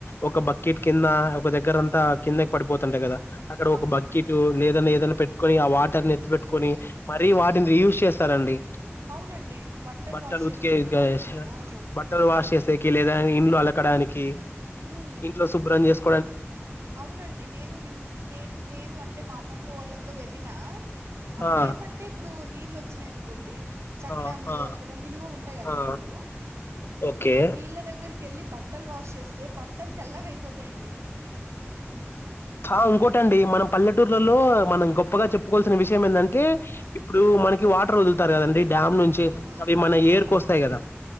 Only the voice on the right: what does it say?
అవును
అవునండి
వాష్ చేసుకుంటారు
వాట్
అవును
ఉమ్
అవునండి నేను విన్ నేను నేను అంటే మా అమ్మమ్మ వాళ్ళతో వెళ్లిన అక్కడ
ఏమంటే ఇప్పుడు నీళ్ళు వచ్చినాయినుకోండి చెక్
డాములు
అక్కడ నిలువ ఉంటాయి కదా
నీళ్లు
ఆ నీళ్ళ దగ్గరికి కెళ్ళి బట్టలు వాష్ చేస్తే బట్టలు తెల్లగా అయిపోతాయండి
ఆ
ఆ